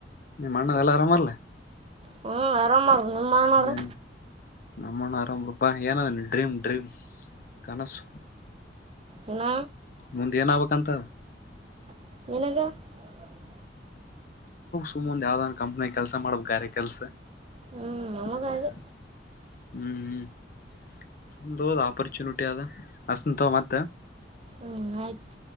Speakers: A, on the left; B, on the right.
A: ನಿಮ್ಮಣ್ಣ ಎಲ್ಲ ಆರಾಮಲ್ಲ?
B: ಹ್ಞೂ ಆರಾಮವ್ರು ನಿಮ್ಮ ಅಣ್ಣವ್ರು
A: ಏನ್ ನಮ್ಮಣ್ಣ ಆರಾಮ್ರಪ್ಪಾ ಏನದ ಡ್ರೀಮ್ ಡ್ರೀಮ್ ಕನಸು
B: ಇಲ್ಲ.
A: ಮುಂದ್ ಏನ್ ಆಬೇಕಂತ
B: <unintelligible>
A: ಸುಮ್ನ್ ಒಂದ್ ಯಾವ್ದಾದ್ ಕಂಪ್ನಿಲ್ ಕೆಲಸ ಮಾಡ್ಬೇಕು ಗಾರೆ ಕೆಲ್ಸ.
B: ಹ್ಞೂ ನಮಗ
A: <unintelligible>
B: ಅದೇ
A: ಹ್ಮ್ ಹ್ಮ್ ಚಂದ ಹೋದ ಆಪರ್ಚುನಿಟಿ ಅದ ಹಾಸನ್ ತವ ಮತ್ತೆ
B: ಹ್ಮ್ ಆಯ್ತ್